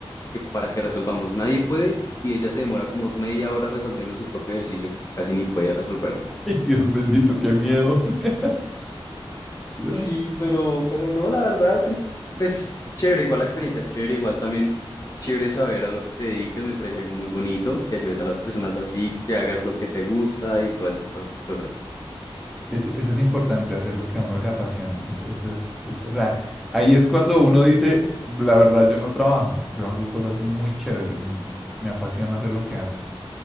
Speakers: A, on the left (about 35°); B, in the centre.
A: que para que resolvamos nadie puede y ella se demora como media hora resolviendo su propio ejercicio que casi ni podía resolverlo.
B: Ay, Dios bendito, qué miedo. <laughs> Ya.
A: Sí, pero, pero no, la verdad, en- pues chévere, igual la experiencia, chévere, igual también chévere saber a lo que te dediques, me parece algo muy bonito, que ayudes a las personas así, que hagas lo que te gusta y todas estas cosas.
B: Eso, eso es importante, hacer lo que a uno le apasione. Eso, eso es, es- o sea, ahí es cuando uno dice, la verdad, yo no trabajo, yo hago cosas muy chéveres, me, me apasiona hacer lo que hago.